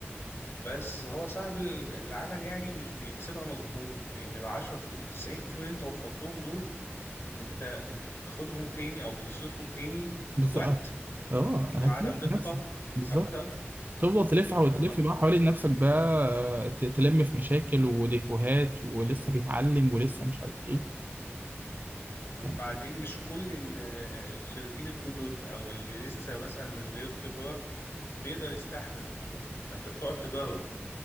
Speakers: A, on the left (about 60°); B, on the right (about 45°).
A: بس هو صعب ال- العمل يعني مش بيحسبها مظبوط لان العشرة في التسعين في المية اللي انت وفرتهم دول انت انت بتاخدهم تاني او بتصرفهم تاني
B: بالظبط
A: وقت
B: اه آه،
A: وعدم
B: هتلاقي
A: دقة
B: نفسك بالظبط
A: اكتر
B: تفضل تلف
A: و-
B: وتلف بقى حوالين نفسك بقى آه، ت- تلم في مشاكل وديفوهات ولسه بيتعلم ولسه مش عارف ايه
A: وبعدين
B: فاهم؟
A: مش كل ال- الخريجين الجدد او اللي لسه مثلا من غير خبرة بيقدر يستحمل الشغل فانت بتقعد تجرب